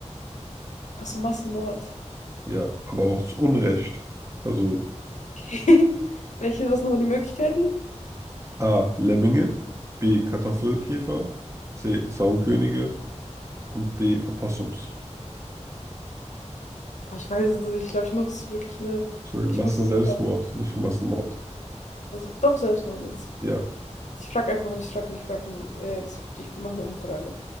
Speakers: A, on the left; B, on the right.
A: Achso, Massenmord.
B: Ja, aber auch zu Unrecht. Also
A: <laughs> Welche, was sind aber die Möglichkeiten?
B: A. Lemminge, B. Kartoffelkäfer, C. Zaunkönige und D. Opossums.
A: Boah, ich weiß es nicht. Ich glaube, ich muss wirklich eine.
B: Sorry,
A: Ich
B: Massenselbstmord,
A: muss eine. Umfrage-
B: nicht Massenmord.
A: Also, doch Selbstmord jetzt.
B: Ja,
A: Ich frage einfach nicht, ich frage nicht, ich frage. Äh, jetzt- ich mache eine Umfrage.